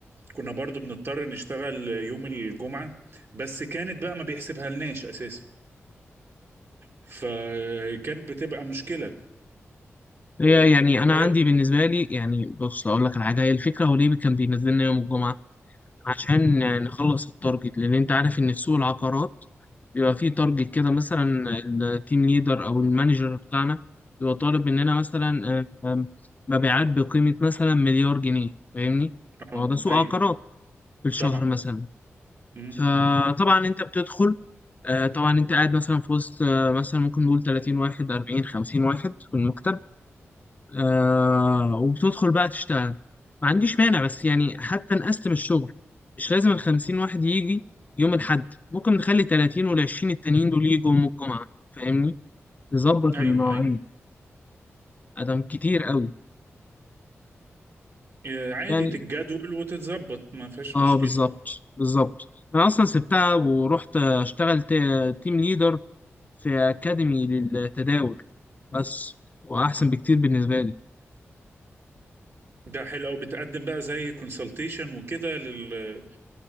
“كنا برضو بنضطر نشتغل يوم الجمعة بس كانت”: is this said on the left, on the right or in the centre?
Right